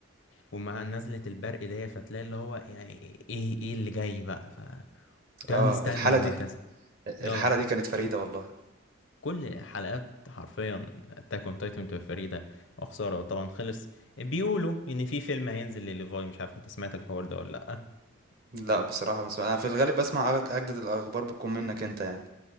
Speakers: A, on the left; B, on the right.
A: ومع نزلة البرق دي فتلاقي اللي هو يعني ايه ايه اللي جاي بقى ف وتبقى
B: آه
A: مستني
B: الحالة دي
A: وهكذا
B: أ
A: اه
B: الحالة دي كانت فريدة والله،
A: كل حلقات حرفيا اتاك اون تايتن بتبقى فريدة وخسارة طبعا خلص بيقولوا ان في فيلم هينزل لليفاي مش عارف انت سمعت الحوار ده ولا لأ
B: لأ بصراحة باسمع أنا في الغالب باسمع أغ أجدد الأخبار بتكون منك أنت يعني،